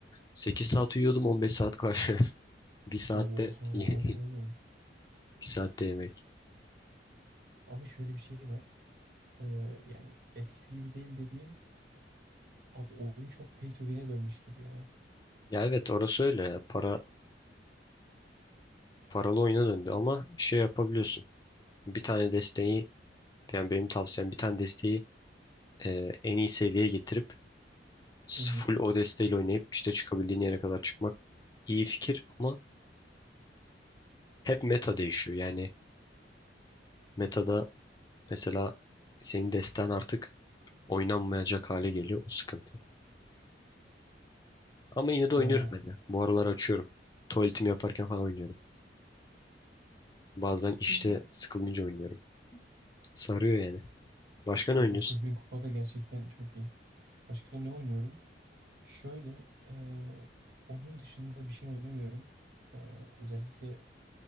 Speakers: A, on the left; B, on the right.
A: 8 saat uyuyordum 15 saat Clash Royale. <laughs> Bir saatte
B: Oha
A: <laughs> bir
B: o ne oğlum?
A: saatte yemek.
B: Ama şöyle bir şey var. Ee, yani eskisi gibi değil dediğim abi oyun çok pay to win'e dönmüş gibi ya.
A: Ya evet orası öyle. ya. Para paralı oyuna döndü ama şey yapabiliyorsun. Bir tane desteği Yani benim tavsiyem bir tane desteği e, en iyi seviyeye getirip full
B: Hı hı.
A: o desteğiyle oynayıp işte çıkabildiğin yere kadar çıkmak iyi fikir ama hep meta değişiyor. Yani metada mesela senin desten artık oynanmayacak hale geliyor o sıkıntı. Ama yine de oynuyorum
B: Ha.
A: ben de. Bu aralar açıyorum. Tuvaletimi yaparken falan oynuyorum. Bazen işte
B: <laughs>
A: sıkılınca oynuyorum. Sarıyor yani. Başka ne
B: Ya
A: oynuyorsun?
B: 9000 kupa da gerçekten çok iyi. Başka ne oynuyorum? Şöyle eee, onun dışında bir şey oynamıyorum. Eee, özellikle